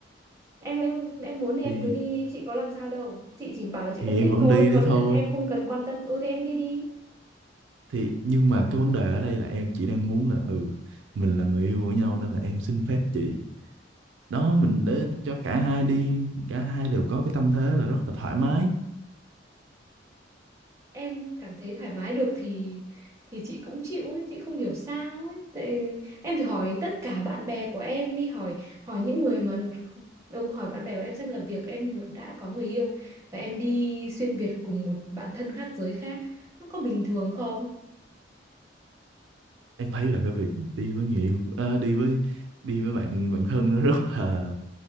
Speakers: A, on the right (about 15°); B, on the right (about 80°).
A: em em em muốn thì em
B: thì
A: cứ đi đi chị có làm sao đâu chị chỉ bảo là chị
B: thì
A: không
B: em
A: thích
B: vẫn
A: thôi
B: đi đấy
A: còn
B: thôi
A: em không cần quan tâm ừ thì em đi đi
B: thì nhưng mà cái vấn đề ở đây là em chỉ đang muốn là ừ mình là người yêu của nhau nên là em xin phép chị đó mình để cho cả hai đi cả hai đều có cái tâm thế là rất là thoải mái
A: em cảm thấy thoải mái được thì thì chị cũng chịu ấy chị không hiểu sao ấy tại em thử hỏi tất cả bạn bè của em đi hỏi hỏi những người mà ừ, hỏi bạn bè của em xem là việc em vừa- đã có người yêu và em đi xuyên Việt cùng một bạn thân khác giới khác nó có bình thường không
B: em thấy là cái việc đi với người yêu ờ, đi với đi với bạn bạn thân nó rất là